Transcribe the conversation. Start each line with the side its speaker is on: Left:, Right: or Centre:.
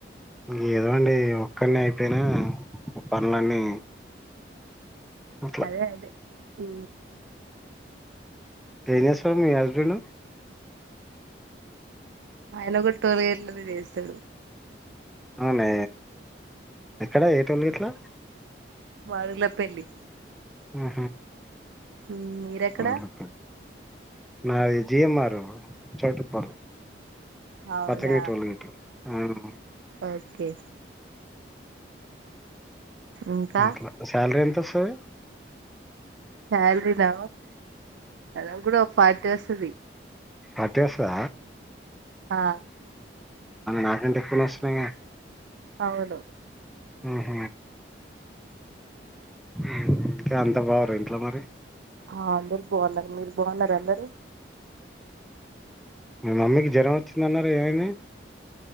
Centre: ఇం ఏదో అండి ఒక్కని అయిపోయినా పనులన్నీ అట్లా
Right: అదే అదే హ
Centre: ఏం చేస్తాడు మీ హస్బెండ్
Right: ఆయనకుడ <inaudible> చేస్తాడు
Centre: అవునా ఎక్కడ ఎటిమే గట్లా
Right: వాళ్ళల పెళ్లి
Centre: ఆ
Right: ఉమ్, మీరెక్కడ
Centre: నా నాది జి ఎమ్ ఆర్ చోటు పర్
Right: అవునా
Centre: పచ్చంగ టోల్గేట్ అవును
Right: ఓకే ఇంకా
Centre: మలా సాలరీ ఎంత స
Right: శాలరీనా అద కూడా ఒక ఫార్టీ వస్తుంది
Centre: అట్టేసా
Right: ఆ
Centre: నాకంటి <inaudible>
Right: అవును
Centre: హ హ హు, కా అంత బావుర ఇంట్లో మరి
Right: హా అందరు బాఉన్నరు. మీరు బావున్నర అందరు
Centre: మమ్మకి జ్వరం వచ్చిందననర్ కు ఏవైంది